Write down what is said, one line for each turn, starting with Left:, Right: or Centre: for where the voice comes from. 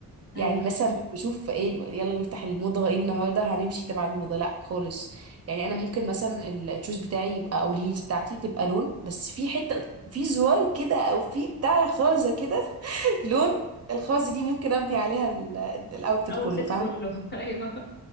Right: يعني
Left: ايوه
Right: مثلا مش بشوف ايه يلا نفتح الموضة ايه النهاردة هنمشي تبع الموضة لا خالص يعني انا ممكن مثلا التشوز بتاعي يبقى او الهيلز بتاعتي تبقى لون بس في حتة في زرار كده او في بتاع خازة كده <laughs> لون الخازة دي ممكن ابني عليها ال- الاوتفيت
Left: الاوتفيت
Right: كله فاهمة
Left: كله <laughs> ايوه